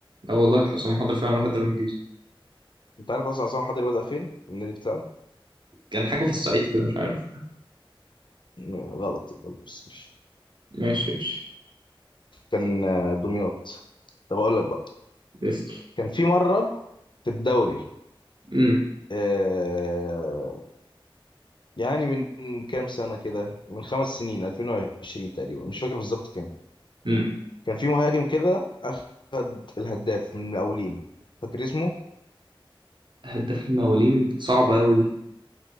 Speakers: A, on the right; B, on the left.
A: اه والله حسام حضري فعلا راح الدوري الانجليزي
B: انت عارف اصلا عصام الحضري بدأ فين النادي بتاعه
A: كان حاجه في الصعيد كده مش عارف
B: م- غلط يلا، بس مش
A: ماشي ماشي
B: كان آه، دمياط طب اقول لك بقى
A: اسأل
B: كان في مره في الدوري
A: امم
B: آه، يعني من كام سنة كده من خمس سنين 2020 تقريبا مش فاكر بالظبط كام
A: امم
B: كان في مهاجم كده أخد الهداف من المقاولين فاكر اسمه؟
A: هداف المواليد صعبة أوي دي